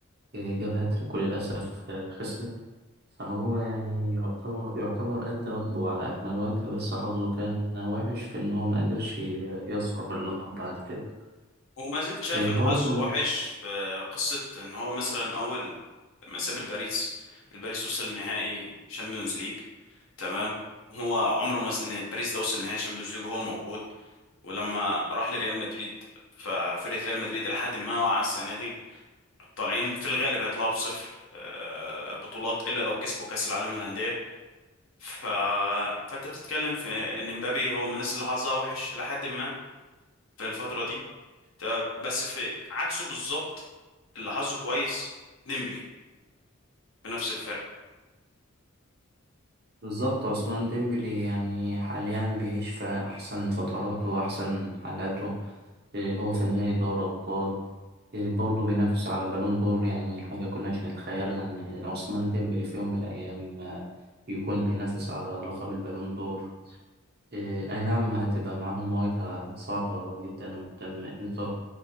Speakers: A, on the right; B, on the left.
A: جاب هاتريك وللأسف خسر فهو يعني يعتبر يعتبر أدى واجبه على أكمل وجه بس حظه كان وحش في إن هو ما قدرش يظفر باللقب بعد كده
B: وما زلت شايف
A: إيه
B: ان
A: برضه
B: حظه وحش في قصة ان هو مثلا اول ما ساب الباريس الباريس وصل لنهائي شامبيونز ليج تمام هو عمره ما س- ان الباريس ده وصل لنهائي شامبيونز ليج وهو موجود ولما راح لريال مدريد ففرقة ريال مدريد إلى حد ما واقعة السنة دي طالعين في الغالب هيطلعوا بصفر آه، بطولات إلا لو كسبوا كأس العالم للأندية ف... فأنت بتتكلم في إن مبابي هو من الناس اللي حظها وحش إلى حد ما في الفترة دي تمام بس في عكسه بالظبط اللي حظه كويس ديمبلي في نفس الفرقة
A: بالظبط عثمان ديمبلي يعني حاليا بيعيش في أحسن فتراته وأحسن حالاته إيه هو في نهاية دوري أبطال إيه برضه بينافس على بالون دور يعني حاجة كناش نتخيلها إن عثمان ديمبلي في يوم من الأيام آه، يكون بينافس على لقب البالون دور إيه، أي نعم هتبقى معاهم مواجهة صعبة جدا قدام إنتر